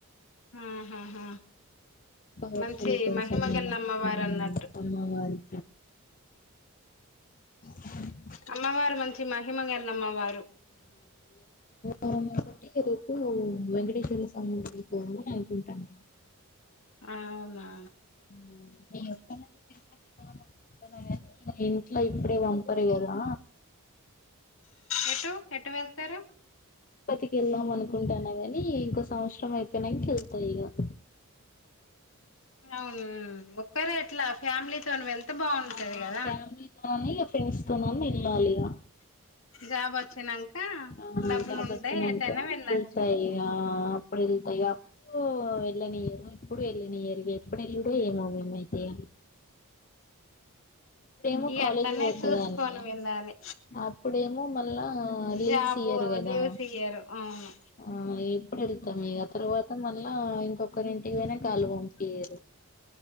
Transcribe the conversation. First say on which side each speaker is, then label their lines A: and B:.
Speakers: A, on the left; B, on the left.
A: ఆహాహా
B: పవర్ఫుల్
A: మంచి
B: కొంచెం
A: మహిమగల
B: ఇగ
A: అమ్మవారు
B: ఉమ్
A: అన్నట్టు
B: అమ్మవారి <inaudible>
A: అమ్మవారు మంచి మహిమగల అమ్మవారు
B: ఆ ఒక్కటి రేపు వెంకటేశ్వర స్వామి గుడికి పోదాము అని అనుకుంటన్న
A: ఆ అవునా
B: <unintelligible> తిరుపతికి బోదాం అనుకుంటన్నా గాని ఇంట్లో ఇప్పుడే పంపరు గదా
A: ఎటూ ఎటు వెళ్తారు
B: తిరుపతికి ఎళ్దాం అనుకుంటాన్నా గాని ఇంకో సంవత్సరం అయిపోయినంక ఎల్త ఇగ <inaudible>
A: అవున్ ఒక్కరే ఎట్లా ఫ్యామిలీతోను వెళ్ త్తే బావుంటది
B: ఆ
A: గదా
B: ఫ్యామిలీతోని ఇగ ఫ్రెండ్స్ తో నన్న ఎల్లాలిగా
A: జాబ్ వచ్చినంక
B: ఆ
A: డబ్బులు
B: జాబొచ్చినంక
A: ఉంటే ఎటైనా వెళ్ళచ్చు
B: ఎల్తా ఇగ అ వెళ్తా ఇగ ఓ వెళ్ళనియరు ఇప్పుడు ఎళ్ళనియరు ఇగ ఎప్పుడు వెళ్ళుడో ఏమో మేంమైతే <inaudible> ఇప్పుడేమో
A: ఇగ
B: కాలేజ్
A: అట్లనే
B: వోతాదని
A: చూసుకొని వెళ్ళాలి
B: అప్పుడేమో మళ్ళా లీవ్స్
A: జాబు
B: ఇయ్యరు గదా
A: లీవ్స్ ఇయ్యరు అవును
B: ఆ ఇ ఎప్పుడు ఎళ్తామిగ ఆ తర్వాత మళ్ళా ఇంకొకరింటికి పోయినాంక వాళ్ళు పంపియరు